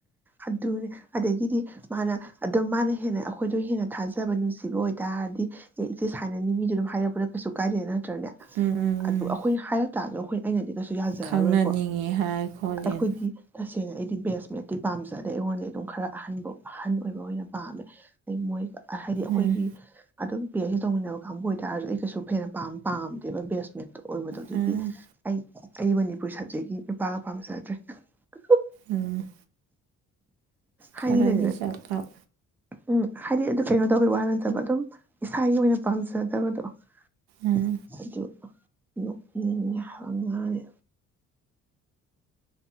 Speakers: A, in the centre; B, on the right.
A: ꯑꯗꯨꯅꯦ ꯑꯗꯒꯤꯗꯤ ꯃꯥꯅ ꯑꯗꯨꯝ ꯃꯥꯅ ꯍꯦꯟꯅ ꯑꯩꯈꯣꯏꯗꯣ ꯍꯦꯟꯅ ꯊꯥꯖꯕ ꯅꯨꯡꯁꯤꯕ ꯑꯣꯏꯇꯥꯔꯗꯤ ꯑꯦ ꯏꯆꯦ ꯁꯥꯏꯅꯅꯤ ꯃꯤꯗꯨꯣ ꯑꯗꯨꯝ ꯍꯥꯏꯔꯛꯄꯗ ꯀꯩꯁꯨ ꯀꯥꯏꯗꯦꯅ ꯅꯦ
B: ꯎꯝ ꯎꯝ
A: ꯑꯗꯨ
B: ꯎꯝ
A: ꯑꯩꯈꯣꯏꯅ ꯍꯥꯏꯔꯛ ꯇꯥꯗꯣ ꯑꯩꯈꯣꯏ ꯑꯩꯅꯗꯤ ꯅꯁꯨ ꯌꯥꯖꯔꯔꯣꯏꯀꯣ
B: ꯈꯪꯅꯅꯤꯡꯉꯦ ꯍꯥꯏ ꯈꯣꯠꯂꯦꯅ
A: ꯑꯩꯈꯣꯏꯗꯤ ꯏꯁꯦꯡꯅ ꯑꯩꯗꯤ ꯕꯦꯁꯃꯦꯠꯇꯤ ꯄꯥꯝꯖ ꯑꯗꯩ ꯑꯩꯉꯣꯟꯗ ꯑꯗꯨꯝ ꯈꯔ ꯑꯍꯟꯕ ꯑꯍꯟ ꯑꯣꯏꯕ ꯑꯣꯏꯅ ꯄꯥꯝꯃꯦ ꯑ ꯃꯣꯏ ꯍꯥꯏꯗꯤ ꯑꯩꯈꯣꯏꯒꯤ
B: ꯎꯝ
A: ꯑꯗꯨꯝ ꯤ ꯑꯦꯁ ꯁꯤ ꯇꯧꯃꯤꯟꯅꯕ ꯀꯥꯡꯕꯨ ꯑꯣꯏꯇꯥꯔꯁꯨ ꯑꯩ ꯀꯩꯁꯨ ꯐꯦ ꯄꯝ ꯄꯥꯝꯗꯦꯕ ꯕꯦꯁꯃꯦ ꯑꯣꯏꯕꯗꯣ ꯑꯗꯒꯤ
B: ꯎꯝ
A: ꯑꯩ ꯑꯩ ꯃꯅꯤꯄꯨꯔ ꯁꯕꯖꯦꯛꯀꯤ ꯅꯨꯄꯥꯒ ꯄꯥꯝꯖꯗ꯭ꯔꯦ <unintelligible>
B: ꯎꯝ
A: ꯍꯥꯏꯗꯤ
B: ꯈꯔꯗꯤ
A: ꯂꯩꯗꯅ
B: ꯆꯞꯂꯞ
A: ꯎꯝ ꯍꯥꯏꯗꯤ ꯑꯗꯨ ꯀꯩꯅꯣ ꯇꯧꯕꯒꯤ ꯋꯥ ꯅꯠꯇꯕ ꯑꯗꯨꯝ ꯏꯁꯥꯒꯤ ꯑꯣꯏꯅ ꯄꯥꯝꯖꯗꯕꯗꯣ ꯑꯗꯨꯗꯣ
B: ꯎꯝ
A: ꯉꯅꯤ